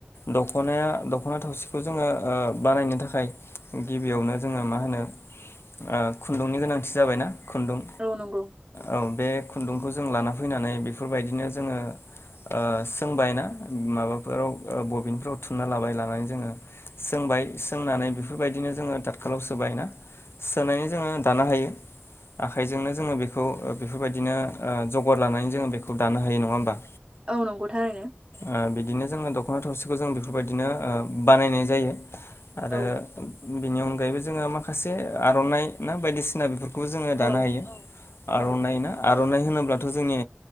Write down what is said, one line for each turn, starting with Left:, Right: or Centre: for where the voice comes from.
Left: दख'नाया दख'ना थावसिखौ जोङो ओ बानायनो थाखाय गिबियावनो जोङो मा होनो आ खुन्दुंनि गोनांथि जाबायना। खुन्दुं,
Right: औ नंगौ
Left: औ बे खुन्दुंखौ जों लाना फैनानै बेफोरबायदिनो जोङो। आ सोंबायना माबाफोराव बबिनफ्राव थुनना लाबाय लानानै जोङो। सोंबाय, सोंनानै बेफोरबायदिनो जोङो तातखालाव सोबाय ना। सोनानै जोङो दानो हायो। आखाइजोंनो जोङो बेखौ ओ बेफोरबायदिनो ओ जगार लानानै जोङो बेखौ दानो हायो नङा होमबा
Right: औ नंगौ थारैनो।
Left: ओ बिदिनो जोङो दख'ना थावसिखौ जों बेफोरबायदिनो ओ बानायनाय जायो आरो
Right: औ
Left: बेनि अनगायैबो जोङो माखासे आर'नाइ ना बायदिसिना बेफोर खौ जोङो दानो
Right: औ
Left: हायो। आर'नाइ
Right: औ
Left: ना आर'नाइ होनोब्लाथ' जोंनि